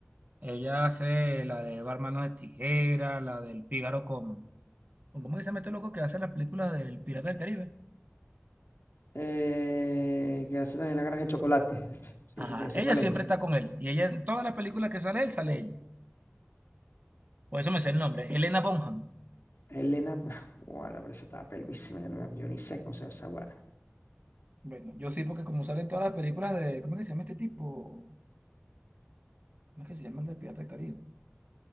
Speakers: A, on the right; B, on the left.
A: Ella hace la de Barmanos de Tijera, la del Fígaro con... con- ¿Cómo que se llama este loco que hace las películas del Pirata del Caribe?
B: eh, que hace también la granja de chocolate. Sí,
A: Ajá,
B: sí, sí, yo sé
A: ella
B: cuál
A: siempre
B: es, yo sé.
A: está con él. Y ella en todas las películas que sale él, sale ella. Por eso me sé el nombre, Elena Bonham.
B: Elena, pues, <laughs> guara, pero esa estaba peluísima, yo, no me- yo ni sé cómo se llama esa guara.
A: Bueno, yo sí, porque como salen todas las películas de... ¿Cómo que se llama este tipo? ¿Cómo es que se llama el de Pirata del Caribe?